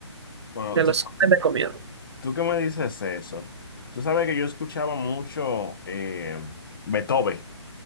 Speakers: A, on the left (about 45°); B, on the right (about 65°).
A: Bueno,
B: te
A: tú,
B: lo súper recomiendo.
A: tú que me dices eso, tú sabes que yo escuchaba mucho eh, Beethoven,